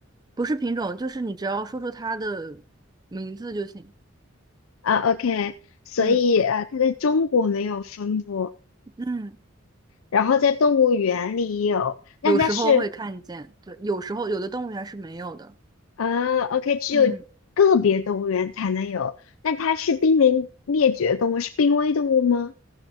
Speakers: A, on the right; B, on the left.
A: 不是品种，就是你只要说出它的名字就行，
B: 啊，OK，所以呃，
A: 嗯，
B: 它在中国没有分布，
A: 嗯
B: 然后在动物园里有，那它是
A: 有时候会看见，对，有时候有的动物园是没有的，
B: 啊，OK，只有个别动物园才能有，
A: 嗯，
B: 那它是濒临灭绝动物，是濒危动物吗？